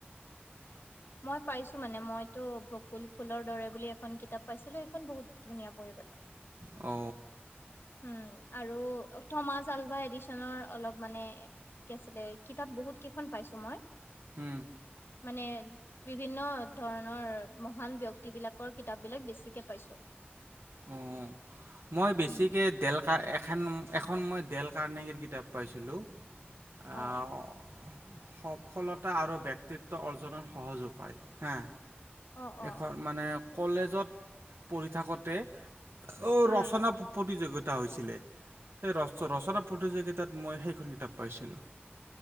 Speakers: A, on the left; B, on the right.
A: মই পাইছো মানে মইতো বকুল ফুলৰ দৰে বুলি এখন কিতাপ পাইছিলো সেইখন বহুত ধুনীয়া পঢ়িবলে। <inaudible>
B: অ
A: উম, আৰু থমা আলভা এৰি <unintelligible> অলপ মানে কি আছিলে কিতাপ বহুত কেইখন পাইছো মই।
B: উম,
A: মানে বিভিন্ন ধৰণৰ মহান ব্যক্তিবিলাকৰ কিতাপ বিলাক বেছিকে পাইছো।
B: অ মই বেছিকৈ
A: উম,
B: ডেলকা এখেন এখন মই ডেল কাৰ্নেগিৰ কিতাপ পাইছিলোঁ
A: অ
B: আহ, সফলতা আৰু বক্তিত্ব অৰ্জনৰ সহজ উপায় হা,
A: অ অ
B: এখন মানে কলেজত পঢ়ি থাকোঁতে অ'
A: উম
B: ৰচনা প্ৰতিযোগিতা তা হৈছিলে এ ৰচৰচনা প্ৰতিযোগিতাত মই সেইখন কিতাপ পাইছিলোঁ।